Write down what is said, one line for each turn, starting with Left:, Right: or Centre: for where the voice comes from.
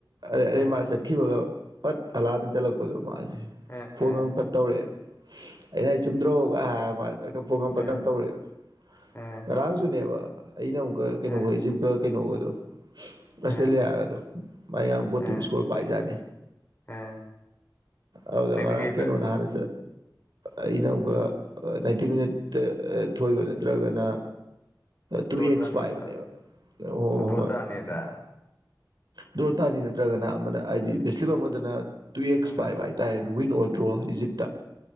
Right: ꯑꯩ
Left: ꯑ
Right: ꯃꯥ ꯆꯠꯈꯤꯕꯒ ꯄꯠ ꯍꯂꯥꯟꯅ ꯆꯠꯂꯛꯄ ꯃꯥꯁꯦ
Left: ꯑ
Right: ꯐꯣꯟꯒ
Left: ꯑ
Right: ꯐꯠꯇꯧꯔꯛꯦꯕ ꯑꯩꯅ ꯑꯩ ꯆꯨꯝꯗ꯭ꯔꯣꯒ ꯍꯥꯏꯔꯒ ꯃꯥ ꯀꯀ ꯐꯣꯡꯒꯝ ꯄꯛꯀ
Left: ꯑ
Right: ꯇꯧꯛꯦꯕ
Left: ꯑ
Right: ꯉꯔꯥꯡꯁꯨꯅꯦꯕ ꯑꯩꯅ ꯑꯃꯨꯛꯀ ꯀꯩꯅꯣꯒ
Left: ꯎꯝ
Right: ꯏꯖꯤꯞꯀ ꯀꯩꯅꯣꯒꯗꯣ
Left: ꯎꯝ
Right: ꯑꯁꯂ ꯍꯥꯏꯒꯗꯣ ꯃ ꯕꯣꯇꯤꯝ
Left: ꯎꯝ
Right: ꯏꯁꯀꯣꯔ ꯄꯥꯏꯖꯥꯅꯤ
Left: ꯎꯝ
Right: ꯑꯗꯨꯗ
Left: ꯅꯪꯅ
Right: ꯉꯔꯥꯡ
Left: ꯀꯩ
Right: ꯀꯩꯅꯣ ꯅ ꯍꯥꯟꯅ ꯑꯩꯅ ꯑꯃꯨꯛꯀ ꯅꯥꯏꯟꯇꯤ ꯃꯤꯅꯤꯠꯇ ꯊꯣꯏꯕ ꯅ ꯅꯠꯇ꯭ꯔꯒꯅ ꯇꯨ
Left: ꯗ꯭ꯔꯣ
Right: ꯑꯦꯛꯁ
Left: ꯇꯥꯅꯤ
Right: ꯄꯥꯏꯕꯅꯦꯕ
Left: ꯍꯥꯏꯕ
Right: ꯍ ꯍ ꯍꯣꯏ
Left: ꯗ꯭ꯔꯣ ꯇꯥꯅꯤꯗ
Right: ꯎꯝ ꯗ ꯇꯥꯅꯤ ꯅꯠꯇ꯭ꯔꯒꯅ ꯑꯃꯅ ꯍꯥꯏꯗꯤ ꯕꯦꯁꯂꯤꯞ ꯑꯃꯗꯅ ꯇꯨ ꯑꯦꯛꯁ
Left: ꯎꯝ
Right: ꯄꯥꯏꯕ ꯍꯥꯏ ꯇꯥꯏ ꯋꯤꯟ ꯑꯣꯏꯗ꯭ꯔꯣ ꯏꯖꯤꯞꯇ